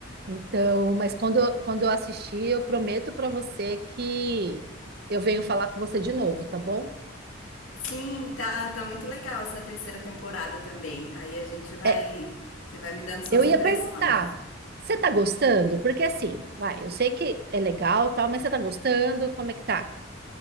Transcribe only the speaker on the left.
Sim, tá, tá muito legal essa terceira temporada também. Aí a gente vai,
você vai me dando suas
impressões.